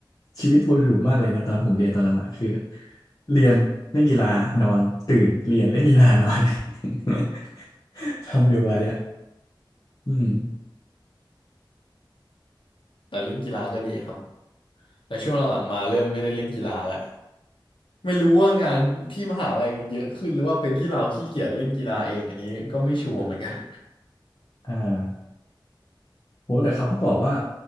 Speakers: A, on the left; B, on the left.
A: ชีวิตวนลูปมากเลยนะตอนผมเรียนตอนนั้นอะคือเรียนเล่นกีฬานอนตื่นเรียนเล่นกีฬานอน <laughs> ทำอยู่มาเนี่ยอืม
B: แต่เล่นกีฬาก็ดีครับแต่ช่วงหลังๆมาเริ่มไม่ได้เล่นกีฬาแล้วไม่รู้ว่างานที่มหาลัยมันเยอะขึ้นหรือว่าเป็นที่เราขี้เกียจเล่นกีฬาเองอันนี้ก็ไม่ชัวร์เหมือนกัน
A: อ่าโหแต่เขาก็บอกว่า